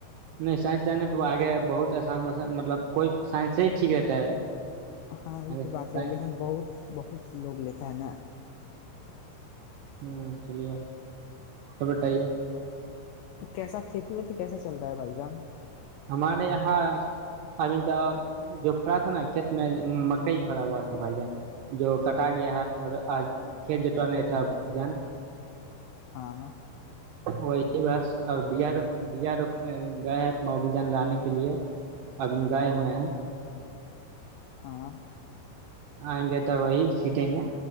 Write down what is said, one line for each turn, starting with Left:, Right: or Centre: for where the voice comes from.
Right: نہیں سائنس جان نہیں پا آگے بہت آسان مطلب کوئی سائنس سے ہی ٹھیک رہتا ہے
Left: ہاں یہ
Right: آگے
Left: تو
Right: سائنس
Left: بات ہے لیکن بہت بہت لوگ لیتا ہے نا
Right: ہوں چلیے چٹے
Left: کیسا کھیتی بی کیسا چل رہا ہے بھائی جان
Right: ہمارے یہاں ابھی تو جو پڑا تھا نا کھیت میں مکئی پڑا ہوا تھا بھائی جان جو کٹا
Left: ہاں
Right: گیا ہے م آج ک جٹ نے اٹا جان
Left: ہاں
Right: وہی بس اور ب بیا ر گ بابی جان لانے کے لیے ابین گائے ہوئے ہیں
Left: ہاں
Right: آئیں گے تو وہی سیٹیں گے